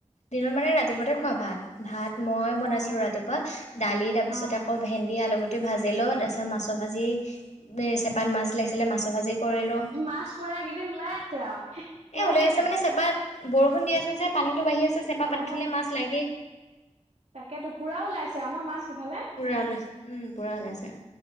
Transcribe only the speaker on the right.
অ
অ
মাছ পোৰা এইকেইদিন ওলাই আছে আৰু পুৰা
খাইছ
অ
তাকেতো পুৰা ওলাইছে আৰু ন মাছ সেইফালে